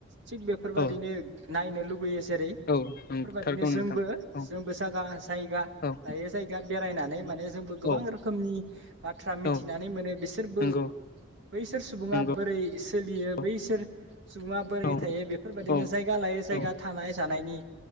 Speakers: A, on the right; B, on the left.
A: थिग बेफोरबायदिनो
B: औ
A: नायनोे लु लुगैयो जेरै
B: औ
A: बेफोर
B: नंथारगौ
A: बायदिनो जोंबो
B: नोंथां औ
A: जोंबो जाया जायगा
B: औ
A: लायो जायगा बेराय नानै माने जोंबो गोबां
B: औ
A: रोखो नि बाथ्रा मिथिनानै
B: औ
A: मोनो बिसोरबो
B: नंगौ
A: बैसोर सुबुङा
B: नंगौ
A: बोरै सोलियो
B: औ
A: बैसोर सुबुङा बोरै
B: औ
A: थायो बेफोरबायदिनो
B: औ
A: जायगा लायै जायगा
B: औ
A: थानाय जानायनि